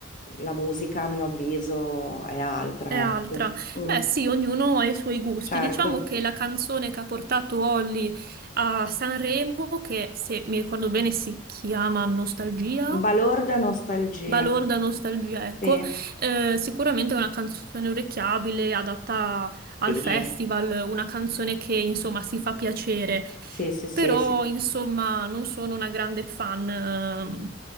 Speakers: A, on the left; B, on the right.
A: la musica a mio avviso è altra,
B: è altra.
A: ecco. Mm,
B: Beh, sì, ognuno ha i suoi gusti.
A: certo,
B: Diciamo che la canzone che ha portato Olly a Sanremo, che se mi ricordo bene si chiama Nostalgia,
A: balorda nostalgia.
B: Balorda nostalgia, ecco,
A: Sì,
B: Eh, sicuramente è una canzone orecchiabile, adatta al
A: sì,
B: festival, una canzone che insomma si fa piacere,
A: sì, sì, sì,
B: però
A: sì,
B: insomma non sono una grande fan ehm,